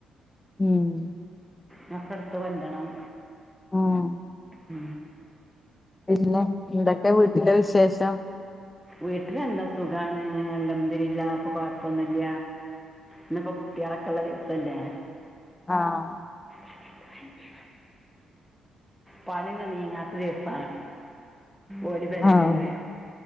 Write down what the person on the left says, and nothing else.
ഉം
ആഹ്
പിന്നെ എന്തൊക്കെ വീട്ടിലെ വിശേഷം?
ആഹ്
ആഹ്